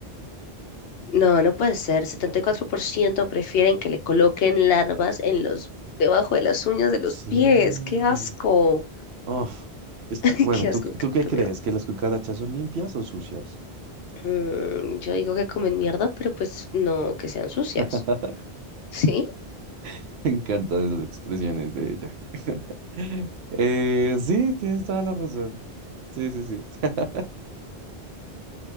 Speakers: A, on the left; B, on the right.
A: No, no puede ser. setenta y cuatro por ciento prefieren que le coloquen larvas en los... debajo de las uñas de los
B: sí.
A: pies. ¡Qué asco!
B: Oh, es que,
A: <laughs>
B: bueno,
A: ¡Qué
B: ¿tú,
A: asco! ¡Qué
B: tú
A: puta
B: qué crees?
A: mierda!
B: ¿Que las cucarachas son limpias o sucias?
A: Mm, yo digo que comen mierda, pero pues no que sean sucias,
B: <laughs>
A: ¿sí?
B: <laughs> Me encantan esas expresiones de ella. <laughs> Eh, sí, tienes toda la razón. Sí, sí, sí. <laughs>